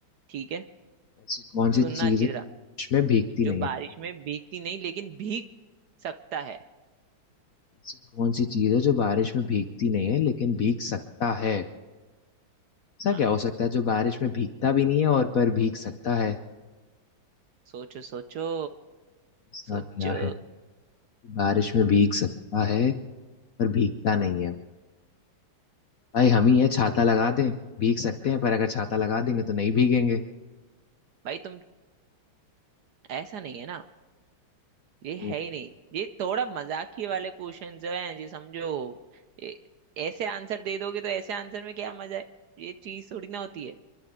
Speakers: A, on the right; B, on the left.
A: ठीक है
B: ऐसी कौन सी
A: सुनना
B: चीज
A: अच्छी
B: है बारिश
A: तरह
B: में भीगती
A: जो
B: नहीं है
A: बारिश में भीगती नहीं लेकिन भीग सकता है
B: ऐसी कौन सी चीज है जो बारिश में भीगती नहीं है लेकिन भीग सकता है ऐसा
A: हाँ
B: क्या हो सकता है जो बारिश में भीगता भी नहीं है और पर भीग सकता है
A: सोचो सोचो
B: ऐसा
A: सोचो
B: क्या है कि बारिश में भीग सकता है पर भीगता नहीं है भाई हम ही है छाता लगा दें भीग सकते हैं पर अगर छाता लगा देंगे तो नहीं भीगेंगे
A: भाई तुम ऐसा नहीं है ना ये
B: तो
A: है ही नहीं ये थोड़ा मजाकी वाले क्वेश्चन जो हैं जी समझो ये ऐसे आंसर दे दोगे तो ऐसे आंसर में क्या मजा है ये चीज थोड़ी ना होती है